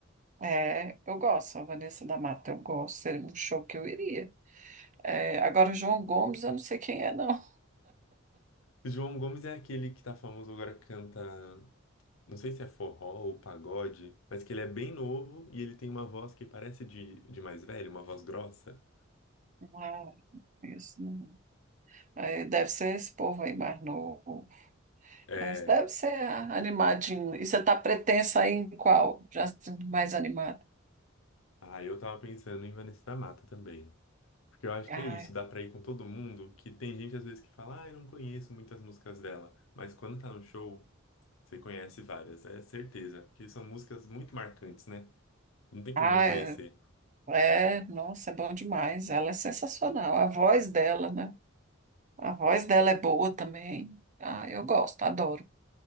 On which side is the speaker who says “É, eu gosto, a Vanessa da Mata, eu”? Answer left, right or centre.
Right